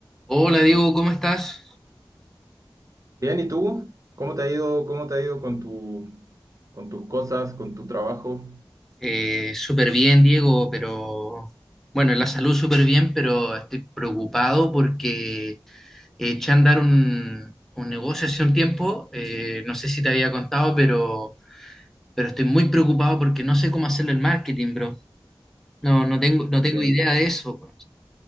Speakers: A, in the centre; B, on the right.
A: Hola Diego, ¿cómo estás?
B: Bien, ¿y tú? ¿Cómo te ha ido, cómo te ha ido con tu, con tus cosas, con tu trabajo?
A: Eh, súper bien, Diego, pero bueno, en la salud súper bien, pero estoy preocupado porque eh, eché a andar un, un negocio hace un tiempo, eh, no sé si te había contado, pero, pero estoy muy preocupado porque no sé cómo hacerle el marketing, bro. No, no tengo, no
B: Ok.
A: tengo idea de eso.